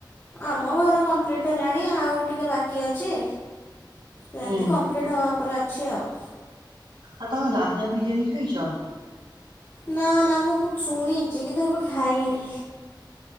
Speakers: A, on the left (about 30°); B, on the right (about 85°).
A: ଆମ ଘର କମ୍ପ୍ଲିଟ ହେଲାଣି ଆଉ ଟିକେ ବାକି ଅଛି ସେମିତି
B: ହୁଁ
A: କମ୍ପ୍ଲିଟ୍ ହବା ଉପରେ ଅଛି ଆଉ
B: ଆଉ ତମେ ଦାଦା ବିରିୟାନୀ ଖାଇଛ
A: ନା ନା ମୁଁ ବହୁତ୍ ଶୁଣିଛି କିନ୍ତୁ କେବେ ଖାଇନି